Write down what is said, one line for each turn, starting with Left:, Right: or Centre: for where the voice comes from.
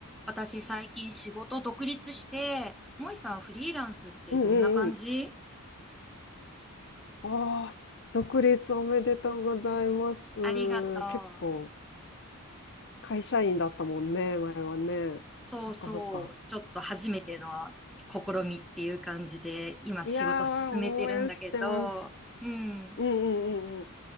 Centre: 私最近仕事独立して、もいさんフリーランスってどんな感じ
Left: うんうんうん。ああ、独立おめでとうございます。
Centre: ありがとう。
Left: 結構、会社員だったもんね、前はね。
Centre: そうそう、
Left: そっかそっか。
Centre: ちょっと初めての試みっていう感じで、今仕事進めてるんだけど、
Left: いやー、応援してます。
Centre: うん、
Left: うんうんうんうん。